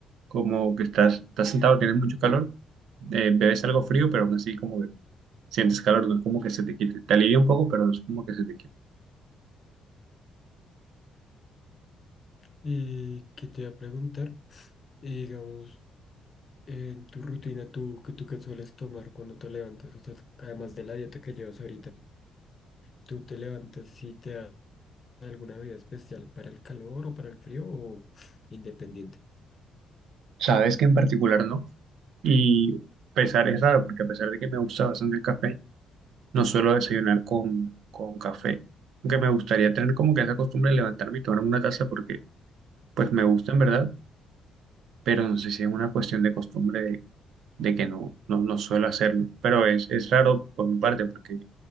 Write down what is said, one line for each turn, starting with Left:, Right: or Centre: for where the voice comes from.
Right: como que estás, estás sentado, tienes mucho calor, eh, bebes algo frío, pero aún así como que sientes calor, no es como que se te quite, te alivia un poco, pero no es como que se te quite.
Left: Y que te iba a preguntar, y digamos, en tu rutina, tú, que tú qué sueles tomar cuando te levantas, o sea, además de la dieta que llevas ahorita, tú te levantas y te alguna vida especial para el calor o para el frío o independiente?
Right: Sabes que en particular no, y pesar es raro, porque a pesar de que me gusta bastante el café, no suelo desayunar con, con café, aunque me gustaría tener como que esa costumbre de levantarme y tomar una taza porque pues me gusta en verdad pero no sé si es una cuestión de costumbre de, de que no, no, no suelo hacerlo. Pero es, es raro por mi parte, porque